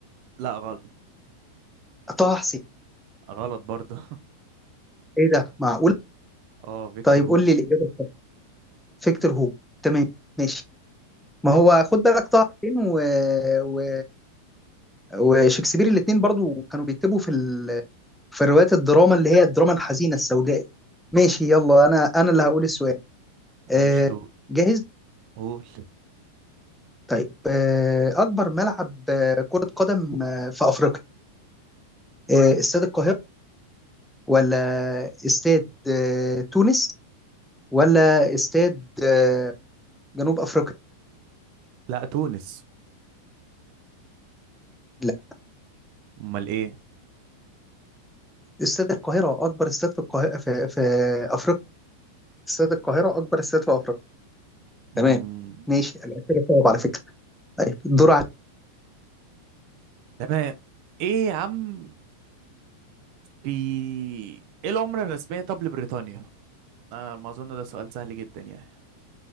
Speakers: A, on the right; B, in the centre.
A: لا غلط
B: طه حسين
A: غلط برضه
B: ايه ده معقول
A: <laughs> اه فيكتور
B: طيب
A: هوجو
B: قول لي الاجابة الصح فيكتور هوجو تمام ماشي ما هو خد بالك طه حسين و... و... وشكسبير الاثنين برضو كانوا بيكتبوا في ال... في روايات الدراما اللي هي الدراما الحزينه السوداء ماشي يلا انا انا اللي هقول السؤال
A: ماشي
B: آه،
A: قول
B: جاهز
A: قول
B: طيب آه، اكبر ملعب آه، كره قدم آه، في افريقيا آه، استاد القاهره ولا استاد آه، تونس ولا استاد آه، جنوب افريقيا
A: لا تونس
B: لا
A: امال ايه
B: استاد القاهره اكبر استاد في القاهره في, في افريقيا استاد القاهره اكبر استاد في افريقيا
A: مم.
B: تمام ماشي أنا كده صعب على فكره طيب الدور على
A: تمام ايه يا عم في ايه العملة الرسمية طب لبريطانيا آه ما اظن ده سؤال سهل جدا يعني